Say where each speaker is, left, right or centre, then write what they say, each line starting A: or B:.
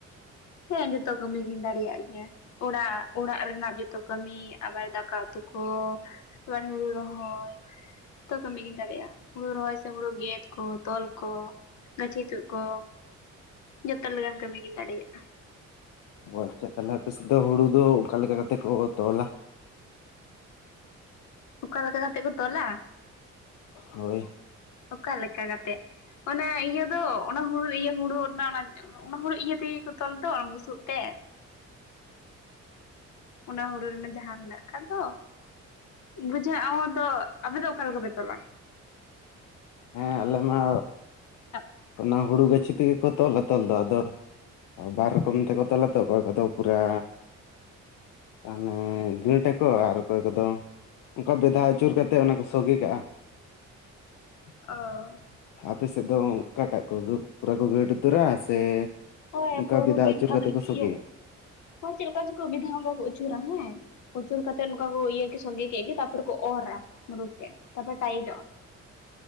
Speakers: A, on the left (about 70°); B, on the left (about 85°).
A: ᱦᱮᱸ ᱡᱚᱛᱚ ᱠᱟᱹᱢᱤ ᱜᱤᱧ ᱫᱟᱲᱮᱭᱟᱜ ᱜᱮᱭᱟ ᱚᱲᱟᱜ ᱚᱲᱟᱜ ᱨᱮᱱᱟᱜ ᱡᱚᱛᱚ ᱠᱟᱹᱢᱤ ᱟᱵᱟᱨ ᱫᱟᱠᱟ ᱩᱛᱩ ᱠᱚ ᱟᱵᱟᱨ ᱦᱩᱲᱩ ᱨᱚᱦᱚᱭ ᱛᱚ ᱠᱟᱹᱢᱤᱜᱤᱧ ᱫᱟᱲᱮᱭᱟᱜᱼᱟ ᱦᱩᱲᱩ ᱨᱚᱦᱚᱭ ᱥᱮ ᱦᱩᱲᱩ ᱜᱮᱫ ᱠᱚ ᱛᱚᱞ ᱠᱚ ᱜᱟᱹᱪᱷᱤ ᱛᱚᱜ ᱠᱚ ᱡᱚᱛᱚ ᱞᱮᱠᱟᱟᱱ ᱠᱟᱹᱢᱤ ᱜᱮᱢ ᱫᱟᱲᱮᱭᱟᱜ
B: ᱚ ᱟᱪᱪᱷᱟ ᱛᱟᱦᱚᱞᱮ ᱟᱯᱮ ᱥᱮᱫ ᱫᱚ ᱦᱩᱲᱩ ᱫᱚ ᱚᱠᱟ ᱞᱮᱠᱟ ᱠᱟᱛᱮᱫ ᱠᱚ ᱛᱚᱞᱟ?
A: ᱚᱠᱟ ᱞᱮᱠᱟ ᱠᱟᱛᱮᱫ ᱠᱚ ᱛᱚᱞᱟ?
B: ᱦᱳᱭ
A: ᱚᱠᱟ ᱞᱮᱠᱟ ᱠᱟᱛᱮᱜ ᱚᱱᱟᱮ ᱤᱭᱟᱹ ᱫᱚ ᱚᱱᱟ ᱦᱩᱲ ᱤᱭᱟᱹ ᱦᱩᱲᱩ ᱨᱮᱱᱟᱜ ᱚᱱᱟ ᱚᱱᱟ ᱦᱩᱲᱩ ᱤᱭᱟᱹ ᱛᱮᱜᱮ ᱠᱚ ᱛᱚᱞ ᱫᱚ ᱵᱩᱥᱩᱵ ᱛᱮ ᱚᱱᱟ ᱦᱩᱲᱩ ᱨᱮᱱᱟᱜ ᱡᱟᱦᱟᱸ ᱢᱮᱱᱟᱜ ᱠᱟ ᱫᱚ ᱵᱩᱡᱷᱟᱹᱜ ᱟᱣᱟ ᱫᱚ ᱟᱯᱮ ᱫᱚ ᱚᱠᱟ ᱞᱮᱠᱟ ᱯᱮ ᱛᱚᱞᱟ?
B: ᱦᱮᱸ ᱟᱞᱮ ᱢᱟ
A: ᱟᱵ
B: ᱚᱱᱟ ᱦᱩᱲᱩ ᱜᱟᱹᱪᱷᱤ ᱛᱮᱜᱮ ᱠᱚ ᱛᱚᱞᱟ ᱛᱚᱞ ᱫᱚ ᱟᱫᱚ ᱵᱟᱨ ᱨᱚᱠᱚᱢ ᱛᱮᱠᱚ ᱛᱚᱞᱟ ᱛᱚ ᱚᱠᱚᱭ ᱠᱚᱫᱚ ᱯᱩᱨᱟᱹ ᱦᱟᱱᱮ ᱜᱟᱹᱴ ᱟᱠᱚ ᱟᱨ ᱚᱠᱚᱭ ᱠᱚᱫᱚ ᱚᱱᱠᱟ ᱵᱮᱫᱷᱟᱣ ᱪᱩᱨ
A: ᱦᱩᱸ
B: ᱠᱟᱛᱮᱫ ᱚᱱᱟ ᱠᱚ ᱥᱚᱜᱮ ᱠᱟᱜᱼᱟ᱾
A: ᱚ
B: ᱟᱯᱮ ᱥᱮᱫ ᱫᱚ ᱚᱠᱟᱴᱟᱜ ᱠᱚ ᱯᱩᱨᱟᱹ ᱠᱚ ᱜᱟᱹᱰ ᱩᱛᱟᱹᱨᱟ? ᱥᱮ
A: ᱦᱳᱭ
B: ᱚᱱᱠᱟ
A: ᱯᱩᱨᱟᱹ
B: ᱵᱮᱫᱷᱟ
A: ᱠᱩ ᱜᱟᱹᱴ
B: ᱟᱹᱪᱩᱨ
A: ᱚᱱᱮ
B: ᱠᱟᱛᱮ ᱠᱚ ᱥᱚᱜᱮᱭᱟ
A: ᱤᱭᱟᱹ ᱢᱟ ᱪᱮᱫ ᱞᱮᱠᱟ ᱪᱚᱠᱚ ᱵᱤᱫᱷᱟᱣ ᱵᱚᱸᱜᱟ ᱠᱚ ᱟᱹᱪᱩᱨᱟ ᱦᱮᱸ ᱩᱪᱩᱨ ᱠᱟᱛᱮᱜ ᱱᱚᱝᱠᱟ ᱠᱚ ᱤᱭᱟᱹ ᱠᱮ ᱥᱚᱝᱜᱮ ᱠᱮᱫ ᱜᱮ ᱛᱟᱯᱚᱨ ᱠᱚ ᱚᱨᱟ ᱢᱩᱨᱩᱫ ᱛᱮ ᱛᱟᱯᱚᱨᱮ ᱴᱟᱭᱤᱴ ᱚᱜᱟ